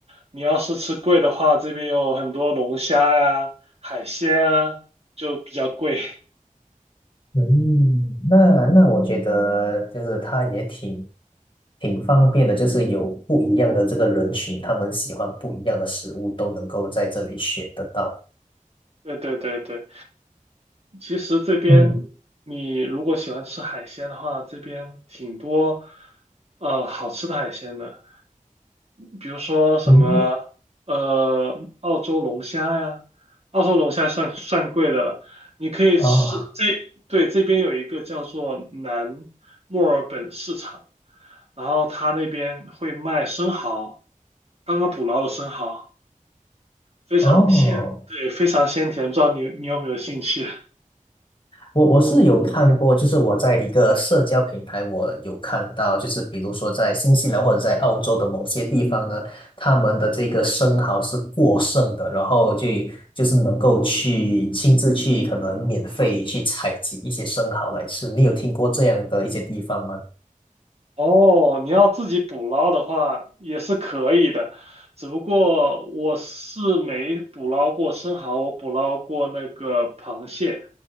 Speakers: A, on the right (about 45°); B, on the left (about 35°).
A: 你要是吃贵的话，这边有很多龙虾呀、海鲜啊，就比较贵。<laughs>
B: 嗯，那那我觉得就是它也挺挺方便的，就是有不一样的这个人群，他们喜欢不一样的食物，都能够在这里选得到。
A: 对对对对，其实这边你如果喜欢吃海鲜的话，
B: 嗯
A: 这边挺多呃好吃的海鲜的，比如说什嗯么呃澳洲龙虾呀，
B: 嗯，
A: 澳洲龙虾算算贵的了，你可以吃这对这边有一个叫做南墨尔本市场，
B: 哦
A: 然后他那边会卖生蚝，刚刚捕捞的生蚝。非常甜，
B: 哦，
A: 对，非常鲜甜，不知道你你有没有兴趣？
B: 我我是有看过，就是我在一个社交平台，我有看到，就是比如说在新西兰或者在澳洲的某些地方呢，他们的这个生蚝是过剩的，然后就就是能够去亲自去可能免费去采集一些生蚝来吃。你有听过这样的一些地方吗？
A: 哦，你要自己捕捞的话也是可以的，只不过我是没捕捞过生蚝，我捕捞过那个螃蟹。